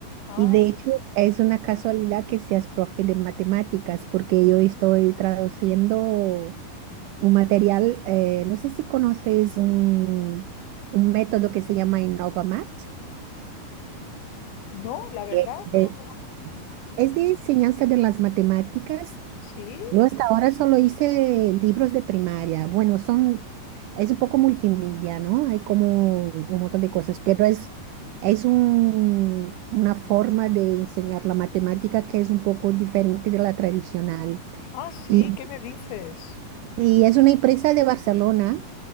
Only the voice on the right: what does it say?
y de hecho es una casualidad que seas profe de matemáticas porque yo estoy traduciendo un material, eh, no sé si conoces un, un método que se llama InnovaMat.
es de
Es de enseñanza de las matemáticas.
Yo hasta ahora solo hice libros de primaria. Bueno, son, es un poco multimilla, ¿no? Hay como un montón de cosas, pero es, es un- una forma de enseñar la matemática que es un poco diferente de la tradicional.
Y,
y es una empresa de Barcelona